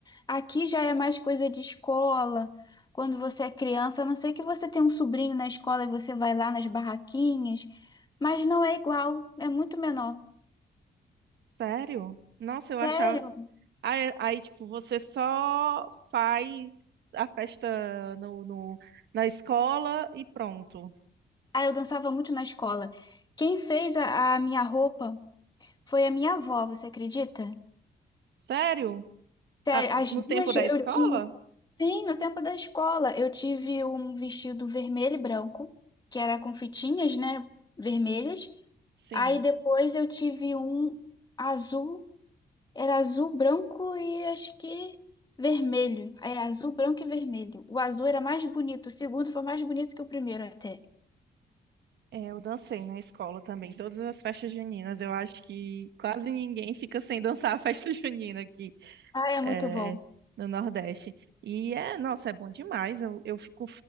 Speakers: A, on the left (about 25°); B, on the right (about 85°).
A: Aqui já é mais coisa de escola. Quando você é criança, a não sei que você tem um sobrinho na escola e você vai lá nas barraquinhas, mas não é igual, é muito menor.
B: sério, nossa, eu
A: Sério?
B: achava. Aí, aí, tipo, você só faz a festa no, no- na escola e pronto.
A: Ah, eu dançava muito na escola. Quem fez a, a minha roupa foi a minha avó, você acredita?
B: Sério?
A: Sério,
B: Ah,
A: as
B: no
A: duas
B: tempo da
A: eu
B: escola?
A: tive. Sim, no tempo da escola, eu tive um vestido vermelho e branco, que era com fitinhas, né, vermelhas.
B: Sim.
A: Aí depois eu tive um azul, era azul, branco e acho que vermelho. É azul, branco e vermelho. O azul era mais bonito, o segundo foi mais bonito que o primeiro até.
B: É, eu dancei na escola também, todas as festas juninas. Eu acho que quase ninguém fica sem <laughs> dançar a festa <laughs> junina aqui,
A: Ah, é
B: é,
A: muito bom.
B: no Nordeste. E é, nossa, é bom demais. Eu, eu fico,